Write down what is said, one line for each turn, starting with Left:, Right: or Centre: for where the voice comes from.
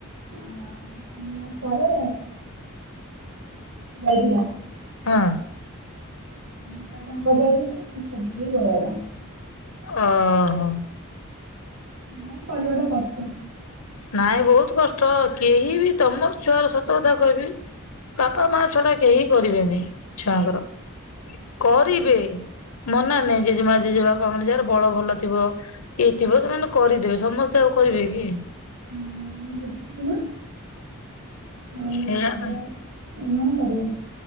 Right: ତିନି ମାସ ପରେ ଯାଇଥିଲା।
Left: ହଁ।
Right: ମୁଁ ଯା ତାଙ୍କ ଯାଇଥିଲି <unintelligible> ପଳେଇଲା
Left: ଅ ହଁ
Right: ନାଇ କରିବା ଟା କଷ୍ଟ।
Left: ନାଇଁ ବହୁତ କଷ୍ଟ କେହି ବି ତମ ଛୁଆର ସତ କଥା କହିବି ବାପା ମା ଛଡା କେହି କରିବେନି ଛୁଆଙ୍କର କରିବେ ମନା ନାଇଁ ଜେଜେମା ଜେଜେ ବାପା ମାନେ ଯାହାର ବଳ ଭଲ ଥିବ। ଇଏ ଥିବ ସେମାନେ କରିଦେବେ ସମସ୍ତେ ଆଉ କରିବେ କି
Right: ହୁଁ ବଦିନ ଆଉ
Left: ସେଇଟା
Right: ମଜା
Left: ପାଇଁ
Right: ଏ ମାନେ କରିବେ